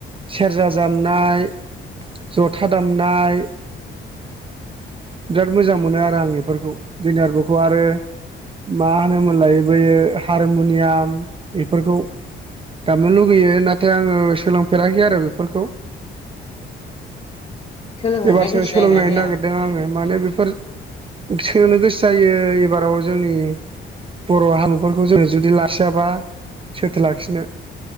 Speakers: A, on the right; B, on the left.
A: सेरजा दामनाय जथा दामनाय बिराद मोजां मोनो आरो आं बेफोरखौ नारफोरखौ आरो मा होनोमोनलाय बैयो हारमुनियाम बेफोरखौ दामनो लुबो लैयो नाथाय आङो सोलोंफेराखै आरो बेफोरखौ
B: सोलोंनोलाय
A: एबारसो
B: गोसो
A: सोलोंनो
B: जायोना जाया
A: नागिरदों आङो माने बेफोर सोनो गोसो जायो एबाराव जोंनि बर' हारिमुफोरखौ जोङो जुदि लाखियाबा सोथो लाखिनो